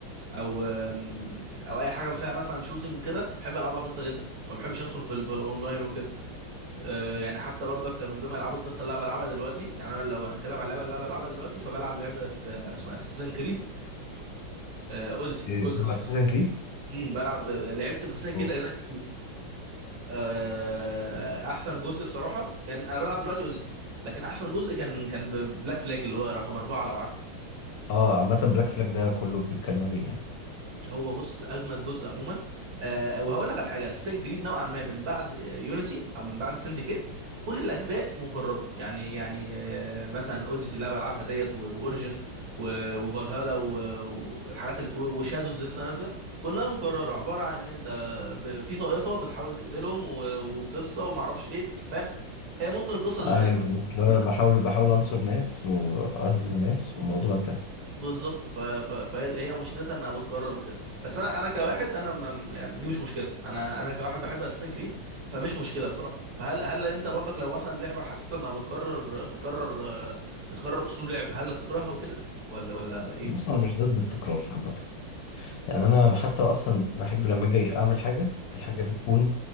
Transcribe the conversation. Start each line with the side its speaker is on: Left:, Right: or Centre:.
Right: او او اي حاجه فيها مثلا شوتنج كده بحب العبها قصه جدا ما بحبش ادخل في ال- في الاونلاين وكده آه، يعني حتى برضك من ضمن العاب القصه اللي انا بلعبها دلوقتي يعني انا لو هنتكلم عن اللعبه اللي انا بلعبها دلوقتي فبلعب لعبه آه، اسمها اساسن كريد اوديسي
Left: إيه،
Right: الجزء
Left: بتلعب
Right: ال-
Left: اساسن
Right: ال-
Left: كريد؟
Right: مم، بلعب لعبت بس كده
Left: اوف
Right: اجزاء كتير آه، احسن جزء بصراحه كان انا بلعب دلوقتي اوديسي لكن احسن جزء كان كان بلاك فلاج اللي هو رقم اربعه لو عارفه
Left: اه عامة بلاك فلاج ده كله بيتكلم عليه يعني
Right: هو بص اجمد جزء عموما آه وهقول لك على حاجه السين كريد نوعا ما من بعد يونيتي او من بعد سندكيت كل الاجزاء مكرره يعني يعني آه مثلا اوديسي اللي أنا بلعبها ديت واوريجنز وفالهالا و- والحاجات اللي بتقو- وشادوز لسه نازله كلها مكرره عباره عن ان انت ب- في طائفه بتحاول تقتلهم و- وقصه وما اعرفش ايه فاهم آه، ممكن القصه
Left: ايوه
Right: تختلف
Left: بالظبط انا بحاول بحاول انصر ناس واهزم ناس والموضوع انتهى
Right: بالظبط ف... ف... فهي هي مشكلتها انها بتكرر وكده بس انا انا كواحد انا ما... يعني دي مش مشكله انا انا كواحد بحب اساسن كريد فمش مشكله بصراحه فهل هل انت برضك لو مثلا لعبه حسيت انها بتكرر بتكرر بتكرر اسلوب لعب هل هتكرهها وكده ولا ولا ايه
Left: بص انا مش ضد التكرار عامة يعني انا حتى اصلا بحب لما اجي اعمل حاجه الحاجه دي تكون